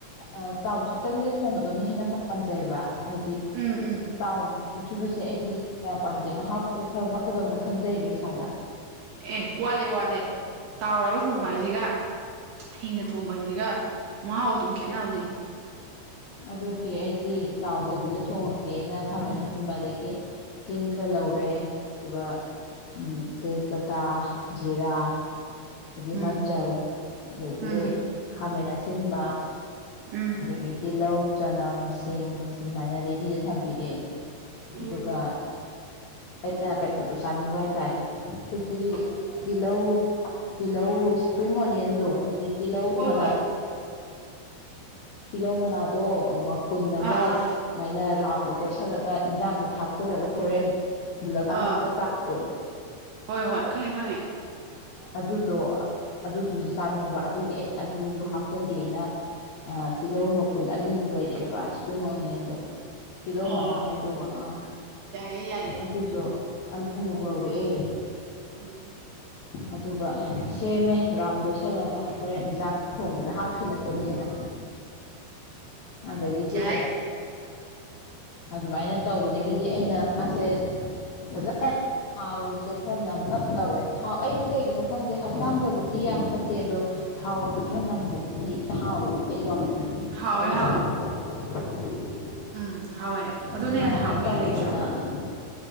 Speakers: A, on the left; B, on the right.
A: ꯑꯥ ꯇꯥꯎꯊꯣꯛꯇꯕꯤꯗ ꯊꯣꯡꯕꯗꯨꯅ ꯍꯦꯟꯅ ꯄꯥꯝꯖꯩꯌꯦꯕ ꯑꯩꯗꯤ
B: ꯎꯝ ꯎꯝ
A: ꯇꯥꯎ ꯊꯣꯛꯈꯤꯕꯁꯦ ꯑꯩꯗꯤ ꯀꯌꯥ ꯄꯥꯝꯗꯦ ꯃꯍꯥꯎ ꯈꯔ ꯋꯥꯠꯄꯗꯧꯅ ꯈꯟꯖꯩꯌꯦꯕ ꯏꯁꯥꯗ
B: ꯑꯦ ꯋꯥꯠꯂꯦ ꯋꯥꯜꯂꯦ ꯇꯥꯎꯔꯒ ꯊꯣꯡꯕ ꯍꯥꯏꯖꯤꯒ ꯍꯤꯡꯅ ꯊꯣꯡꯕ ꯍꯥꯏꯖꯤꯒ ꯃꯍꯥꯎ ꯑꯗꯨꯝ ꯈꯦꯠꯅꯕꯅꯦ
A: ꯑꯗꯨꯒꯤ ꯑꯩꯗꯤ ꯇꯥꯎꯗꯕꯤꯗ ꯊꯣꯡꯉꯒꯦꯅ ꯈꯥꯃꯦꯟ ꯑꯁꯤꯟꯕ ꯑꯗꯒꯤ ꯍꯤꯡ ꯈꯔ ꯂꯧꯔꯦ ꯑꯗꯨꯒ ꯎꯝ ꯇꯦꯖꯕꯇꯥ ꯖꯤꯔꯥ ꯑꯒꯤ
B: ꯎꯝ
A: ꯃꯆꯜ ꯑꯗꯒꯤ
B: ꯎꯝ
A: ꯈꯥꯃꯦꯟ ꯑꯁꯤꯟꯕ
B: ꯎꯝ
A: ꯑꯗꯒꯤ ꯇꯤꯜꯂꯧ ꯆꯅꯝ ꯁꯤꯡ ꯁꯤꯃꯥꯏꯅ ꯔꯦꯗꯤꯗ ꯊꯝꯕꯤꯔꯦ
B: ꯎꯝ
A: ꯑꯗꯨꯒ ꯑꯩꯅ ꯀꯩꯅꯣꯗꯣ ꯆꯥꯅꯤꯡꯕ ꯍꯥꯏꯇꯥꯔꯦ ꯑꯈꯣꯏꯒꯤ ꯇꯤꯜꯂꯧ ꯇꯤꯜꯂꯧ ꯏꯁꯄ꯭ꯔꯤꯡ ꯑꯣꯅꯤꯌꯟꯗꯣ ꯍꯥꯏꯗꯤ ꯇꯤꯜꯂꯧ
B: ꯍꯣꯏ
A: ꯃꯅꯥ__
B: ꯍꯣꯏ
A: ꯇꯤꯜꯂꯧ ꯃꯅꯥꯗꯣ ꯑꯥ ꯃꯄꯨꯟ ꯑꯝꯒ
B: ꯑꯥ ꯑꯥ
A: ꯁꯨꯃꯥꯏꯅ ꯔꯥꯎꯟꯗꯣ ꯀꯣꯏꯁꯜꯂꯒ ꯏꯟꯖꯥꯡꯗ ꯍꯥꯞꯆꯤꯜꯂꯒ ꯍꯣꯔꯦꯟ ꯃꯨꯜꯂꯀꯥꯟꯗ
B: ꯑꯥ
A: ꯆꯥꯕꯗꯣ
B: ꯍꯣꯏ ꯍꯣꯏ ꯈꯪꯉꯦ ꯈꯪꯉꯦ
A: ꯑꯗꯨꯗꯣ ꯑꯗꯨꯗꯨꯖꯨ ꯆꯥꯅꯤꯡꯕ ꯑꯗꯨꯒꯤ ꯑꯩꯅ ꯑꯗꯨꯖꯨ ꯍꯥꯞꯆꯒꯦꯅ ꯑꯥ ꯇꯤꯜꯂꯧ ꯃꯄꯨꯟ ꯑꯅꯤꯃꯨꯛ ꯂꯩꯔꯛꯑꯦꯕ ꯏꯁꯄ꯭ꯔꯤꯡ ꯑꯣꯅꯤꯌꯟꯗꯣ ꯇꯤꯜꯂꯧ
B: ꯑꯣ
A: ꯃꯅꯥ ꯍꯥꯏꯗꯧꯕ ꯑꯥ
B: ꯌꯥꯏꯌꯦ ꯌꯥꯏꯌꯦ
A: ꯑꯗꯨꯗꯣ ꯑꯅꯤꯃꯨꯛ ꯂꯧꯔꯛꯑꯦ
B: ꯎꯝ
A: ꯑꯗꯨꯒ ꯁꯦꯝꯃꯦ ꯔꯥꯎꯟ ꯀꯣꯏꯁꯤꯜꯂꯒ ꯍꯣꯔꯦꯟ ꯏꯟꯖꯥꯡ ꯊꯣꯡꯕꯗ ꯍꯥꯞꯈꯤꯅꯕꯅꯦꯅ ꯑꯗꯒꯤꯗꯤ
B: ꯌꯥꯏ
A: ꯑꯗꯨꯃꯥꯏꯅ ꯇꯧꯕꯗꯒꯤꯗꯤ ꯑꯩꯅ ꯃꯥꯁꯦ ꯐꯖꯅ ꯊꯥꯎꯖꯦ ꯈꯔ ꯅꯝꯂꯞ ꯇꯧꯔꯦ ꯊꯥꯎ ꯑꯩꯗꯤ ꯀꯩ__ ꯀꯩꯒꯤꯅꯣ ꯈꯪꯗꯦ ꯍꯛꯆꯥꯡꯗꯕꯨꯗꯤ ꯌꯥꯝ ꯐꯠꯇꯦ ꯑꯗꯣ ꯊꯥꯎ ꯈꯔ ꯅꯝꯕꯅ ꯍꯦꯛ ꯍꯥꯎ ꯑꯩ ꯋꯥꯈꯜ ꯗꯗꯤ
B: ꯍꯥꯎꯋꯦ
A: ꯑꯩꯒꯤ
B: ꯍꯥꯎꯋꯦ
A: ꯄꯥꯝꯖꯕ ꯍꯦꯏꯔꯗꯤ
B: ꯎꯝ ꯍꯥꯎꯋꯦ
A: ꯑꯗꯨꯃꯥꯏꯅ
B: ꯑꯗꯨꯅ ꯍꯦꯟꯅ ꯍꯥꯎꯕ
A: ꯇꯧꯗꯅ
B: ꯍꯦꯜꯂꯦ ꯑꯩꯁꯨ
A: ꯎꯝ